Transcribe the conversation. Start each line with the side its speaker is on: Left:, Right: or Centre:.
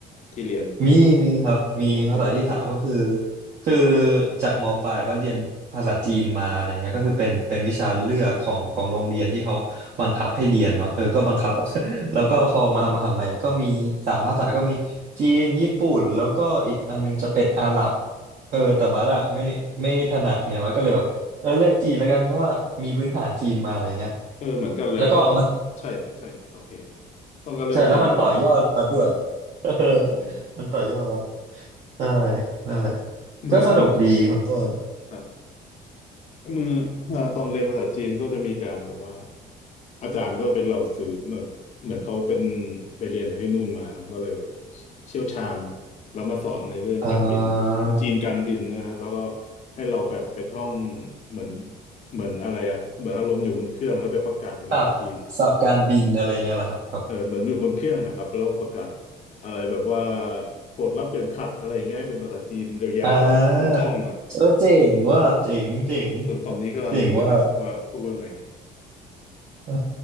Left: ที่เรียน
Right: มีมีครับมีภาษาที่สามก็คือ
Left: โอเค
Right: คือจากมปลายว่าเรียนภาษาจีนมาอะไรเงี้ยก็คือเป็นเป็นวิชาเลือกของของโรงเรียนที่เขาบังคับให้เรียนเนาะเออก็บังคับ <laughs> แล้วก็พอมามหาลัยอะก็มีสามภาษาก็มีจีนญี่ปุ่นแล้วก็อีกอันนึงจะเป็นอาหรับ
Left: ครับ
Right: เออแต่บัสอะไม่ไม่ถนัดเนี่ยบัสก็เลยแบบเออเลือกจีนแล้วกันเพราะว่ามีพื้นฐานจีนมาอะไรเงี้ย
Left: เออเหมือนกันเลยเพราะว่าใช่ใช่โอเค
Right: แล้วก็มัน
Left: ต้องก็เลือกจีนมาเหมือนกัน
Right: ใช่แล้วมันต่อยอดบัสด้วย
Left: ครับ
Right: <laughs> เออ
Left: ครับผม
Right: มันต่อยอด ใช่นั่นแหละ
Left: เหมือน
Right: ก็สนุกดีของต้น
Left: ครับเมื่อเอ่อตอนเรียนภาษาจีนก็จะมีการแบบว่าอาจารย์ก็เป็นเหล่าสื่อเหมือนเหมือนเขาเป็นไปเรียนจากที่นู่นมาเขาก็เลยแบบเชี่ยวชาญแล้วมาสอนในเรื่องการบิน
Right: อ่า
Left: จีนการบินนะแล้วก็ให้เราแบบไปท่องเหมือนเหมือนอะไรอะเหมือนอารมณ์อยู่บนเครื่องแล้วไปประกาศเป็นภาษาจีน
Right: สับสับการบินอะไรเงี้ยแหละครับครับ
Left: เออเหมือนอยู่บนเครื่องอะครับแล้วประกาศอะไรแบบว่าโปรดรับเปลี่ยนขัดอะไรอย่างเงี้ยให้เป็นภาษาจีนยาวๆอ่ะต้องท่องอ่ะ
Right: อ่าเออเจ๋งว่าเจ๋งเจ๋ง
Left: จนตอนนี้ก็ลืมไปแล้วว่าพูดว่าไง
Right: เจ๋งว่า เออ